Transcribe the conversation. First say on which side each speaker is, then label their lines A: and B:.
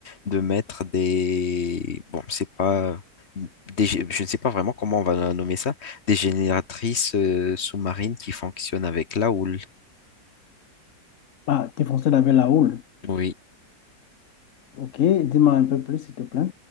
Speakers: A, on the left (about 35°); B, on the left (about 55°).
A: de mettre des... Bon, c'est pas... des gé- je ne sais pas vraiment comment on va nommer ça, des génératrices euh, sous-marines qui fonctionnent avec la houle.
B: Ah, t'es foncé avec la houle.
A: Oui.
B: Ok, dis-moi un peu plus s'il te plaît.